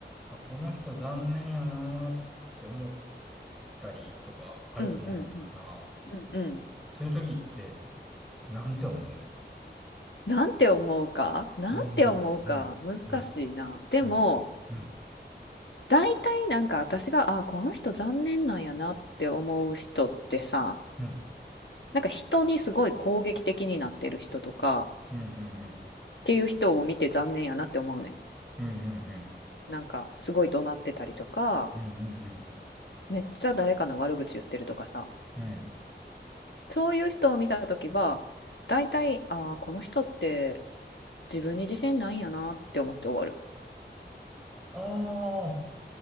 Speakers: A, in the centre; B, on the left.
A: あ、この人残念やなーって思ったりとかあると思うんやけどさ、
B: うんうんうんうんうん。
A: そういう時って、なんて思う
B: なんて思うかなんて思うか難しいな。
A: どう思ううん、うん、
B: でも
A: うん、うん、
B: 大体なんか私があこの人残念なんやなって思う人ってさ
A: うん、
B: なんか人にすごい攻撃的になってる人とかっ
A: うん、うん、うん、
B: ていう人を見て残念やなって思うねん。
A: うん、うん、うん、
B: なんかすごい怒鳴ってたりとか
A: うん、うん、うん。
B: めっちゃ誰かの悪口言ってるとかさ
A: うん
B: そういう人を見た時は大体あこの人って自分に自信ないんやなって思って終わる
A: ああ、